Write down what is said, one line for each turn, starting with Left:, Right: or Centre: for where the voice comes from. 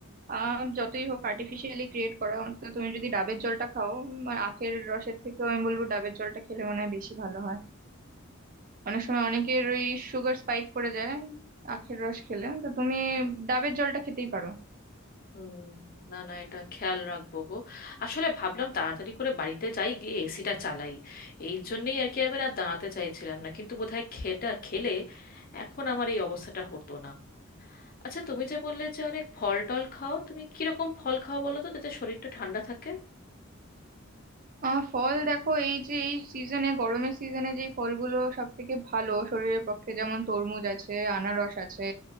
Right: আহ, যতই হোক আর্টিফিশিয়ালি ক্রিয়েট করা অন্তত তুমি যদি ডাবের জলটা খাও উম, আর আখের রসের থেকেও আমি বলবো ডাবের জলটা খেলে মনে হয় বেশি ভালো হয় অনেক সময় অনেকের ওই সুগার স্পাইক করে যায় আখের রস খেলে তো তুমি ডাবের জলটা খেতেই পারো
Left: হুম, না না এটা খেয়াল রাখবো গো আসলে ভাবলাম তাড়াতাড়ি করে বাড়িতে যাই গিয়ে এসিটা চালাই এই জন্যেই আর কি এবার আর দাঁড়াতে চাইছিলাম না কিন্তু বোধহয় খেটা খেলে এখন আমার এই অবস্থাটা হতো না আচ্ছা তুমি যে বললে যে অনেক ফল টল খাও তুমি কিরকম ফল খাও বলো তো যাতে শরীরটা ঠান্ডা থাকে
Right: আহ ফল দেখো এই যে এই সিজনে গরমের সিজনে যে ফলগুলো সব থেকে ভালো শরীরের পক্ষে যেমন তরমুজ আছে আনারস আছে